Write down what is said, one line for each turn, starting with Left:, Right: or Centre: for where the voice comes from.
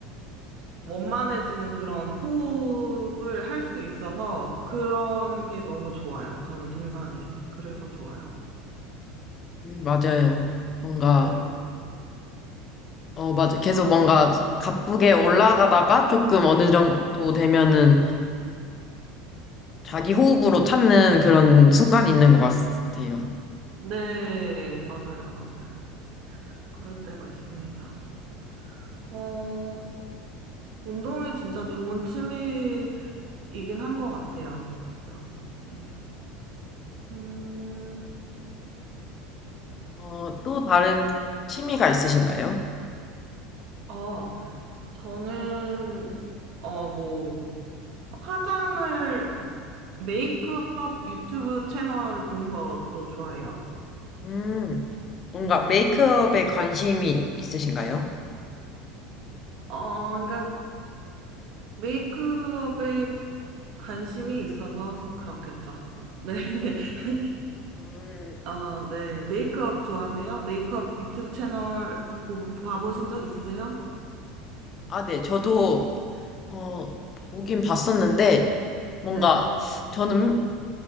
Right: 원만해지는 그런 호흡을 할 수 있어서 그런 게 너무 좋아요. 저는 등산이. 그래서 좋아요.
Left: 음, 맞아요. 뭔가,
Right: 네.
Left: 어, 맞아. 계속 뭔가 가쁘게 올라가다가 조금 어느 정도 되면은 자기 호흡으로
Right: 음,
Left: 찾는 그런 순간이 있는 것 같아요.
Right: 네, 맞아요, 맞아요. 그럴 때가 있습니다. 어, 운동이 진짜 좋은 취미이긴 한 것 같아요. 진짜. 네. 음,
Left: 어, 또 다른 취미가 있으신가요?
Right: 어, 저는, 어, 뭐, 화장을, 메이크업 유튜브 채널 보는 것도 좋아해요.
Left: 음, 뭔가
Right: 음,
Left: 메이크업에 관심이 있으신가요?
Right: 어, 그러니까 메이크업에 관심이 있어서 그렇겠죠. 네, <laughs>
Left: 음,
Right: 어, 네, 메이크업 좋아하세요? 메이크업 유튜브 채널 보, 봐보신 적 있으세요?
Left: 아, 네. 저도, 어, 보긴 봤었는데, 뭔가,
Right: 네,
Left: 저는,